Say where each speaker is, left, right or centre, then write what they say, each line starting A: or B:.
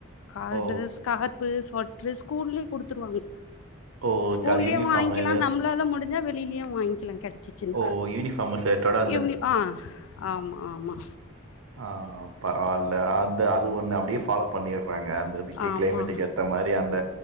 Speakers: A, on the left (about 75°); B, on the right (about 80°).
A: Card
B: ஓ!
A: scarf சொட். ற்று ஸ்கூல்லயே குடுத்துருவாங்க.
B: ஓ!
A: ஸ்கூல்லயே
B: சரி அது யூனிஃபார்ம்
A: வாங்கிக்கலா
B: இது
A: நம்மளால முடிஞ். இல்ல வெளிலையும் வாங்கிக்கலாங். கெடச்சிச்சின்னா
B: ஓ! யூனிஃபார்ம் ஷர்ட்டோட
A: இவங்ள ஆஹ ஆமா ஆமா.
B: ஆஹ பரவாயில்ல அ. அந்த அது ஒண்ணு அப்படியே ஃபாலோ பண்ணிர். ங்க அந்த விக்கி
A: ஆமா
B: கிளைமேட்டுக்கு ஏத்த மாரி அந்த